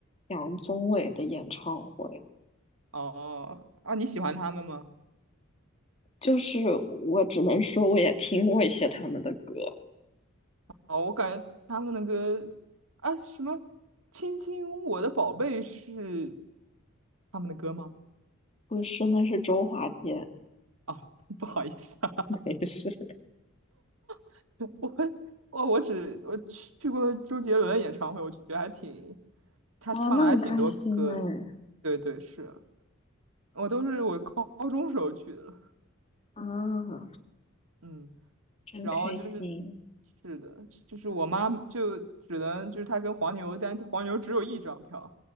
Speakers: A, on the left; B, on the right.
A: 杨宗纬的演唱会。
B: 哦啊，你喜欢他们吗？
A: 就是我只能说，我也听过一些他们的歌，
B: 哦，我感觉他们的歌啊什么《亲亲我的宝贝》是他们的歌吗？
A: 不是，那是周华健，
B: 啊，<laughs> 不好意思啊，
A: 没事。
B: <laughs> 我我我只我去去过周杰伦演唱会，我觉得还挺，他唱的还挺多歌的。
A: 哦，那很开心哎，
B: 对对，是我都是我高高中时候去的了，
A: 啊，
B: 嗯，
A: 真开心。
B: 然后就是是的，就是我妈就只能就是她跟黄牛，但黄牛只有一张票，